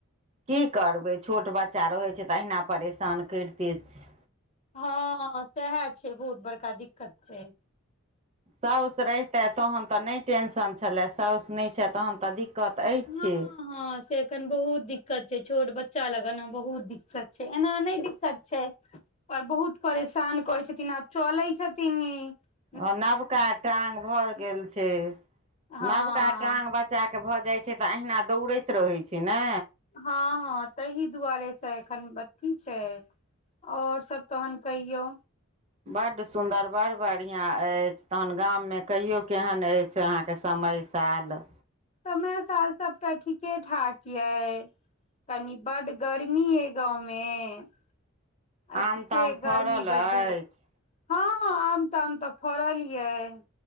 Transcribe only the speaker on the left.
हँ सेहा छै बहुत बड़का दिक्कत छै
हँ
हँ से एखन बहुत दिक्कत छै छोट बच्चा लगन बहुत दिक्कत छै एना नै दिक्कत छै और बहुत परेशान करै छथिन आब चलै छथिन इ
हँ
हँ हँ तहि दुआरे स एखन अथी छै और सब तहन कहियौ
समय साल सब तऽ ठीके ठाक यै। कनी बड गर्मी यै गाँव में अत
स
गर्मी
बढ़
गेल हँ आम ताम तऽ फड़ल यैय।